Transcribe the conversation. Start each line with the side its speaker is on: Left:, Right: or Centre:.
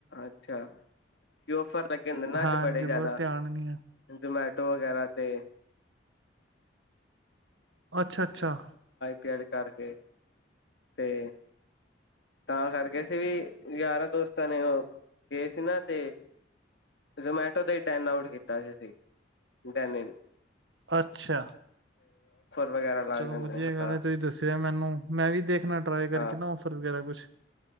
Left: ਅੱਛਾ। <inaudible> ਕੇ ਓਫਰ ਲੱਗੇ ਹੁੰਦੇ ਨਾ
Right: ਹਾਂਜੀ
Left: ਅੱਜ ਬੜੇ ਜਾਦਾ
Right: ਬਹੁਤ ਧਿਆਨ ਨੀ ਹੈ
Left: ਜ਼ੋਮੇ ਟੋ ਵਗੈਰਾ ਤੇ।
Right: ਅੱਛਾ, ਅੱਛਾ।
Left: ਪਿਆਰੀ ਕਰਕੇ ਤੇ ਤਾਂ ਕਰਕੇ ਅਸੀਂ ਵੀ ਯਾਰਾਂ ਦੋਸਤ ਕੀਤਾ ਨੇ ਓ ਗਏ ਸੀ ਨਾ ਤੇ ਜਮੈਟੋ ਤੇ ਈ ਟੈਨ ਆਊਟ ਕੀਤਾ ਸੀ ਅਸੀ ਡੈਨੀਨ।
Right: ਅੱਛਾ
Left: ਵਗੈਰਾ ਲੱਗ
Right: ਚਲੋ
Left: ਜਾਂਦੇ
Right: ਵਧੀਆ
Left: ਹਾਂ
Right: ਗੱਲ ਏ ਤੁਸੀਂ ਦੱਸਿਆ ਮੈਨੂੰ। ਮੈਂ ਵੀ ਦੇਖ ਨਾ ਟਰਾਈ ਕਰਕੇ
Left: ਹਾਂ
Right: ਨਾ ਔਫਰ ਵਗੈਰਾ ਕੁਛ